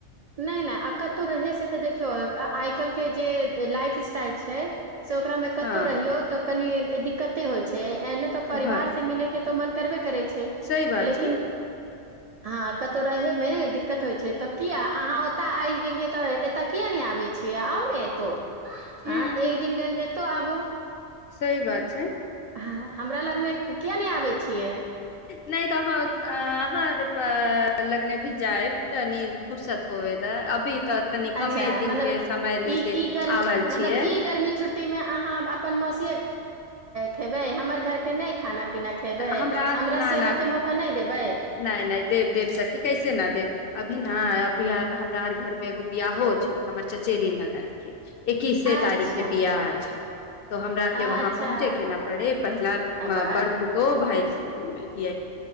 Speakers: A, on the right; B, on the left.
A: नहि नहि आ कतहु रहै से तऽ देखियौ आइ काल्हिके जे लाइफ स्टाइल छै से ओकरामे कतहु
B: हँ
A: रहियौ तऽ कनी दिक्कते होइ छै एने तो परिवार
B: भ
A: से मिले के ऽ मन करबे करै छै छै
B: सही बात
A: लेकिन
B: छै
A: हँ कतहु रहैमे दिक्कत होइ छै तऽ किया अहाँ ओतअ आइब गेलियै तऽ एतय किया नइ आबै छियै आउ न एतहु
B: हू
A: आँ
B: हू
A: एक दिन लेल एतौ आबू
B: सही बात छै
A: हँ हमरा लगमे कििया नहि आबै छियै
B: नहि तऽ अहाँ अहाँर लगने भी जाएब तनी फुरसत होबे दऽ अभी तऽ तनी
A: अच्छा
B: कमे दिन
A: मतलब
B: के समय लेके
A: ई ई गर्मी
B: आवल
A: मतलब
B: छियै
A: ई गर्मी छुट्टीमे अहाँ अपन <unintelligible> खेबै हमर घरके नहि खाना पीना खेबै
B: हमरा ना
A: सेवाके
B: ना
A: मौका नहि देबै
B: नइ नइ देब देब सखी कैसे न देब अभी ना अभी हमरा अर घर मे एगो बियाहो छै हमर चचेरी ननद के ऐक्कीसे
A: अच्छा
B: तारीख के बियाह छै तो हमरा के
A: अच्छा
B: वहा पहुँचे के न पड़े पहला
A: आ बा
B: बड़ पुतोह भायल <unintelligible>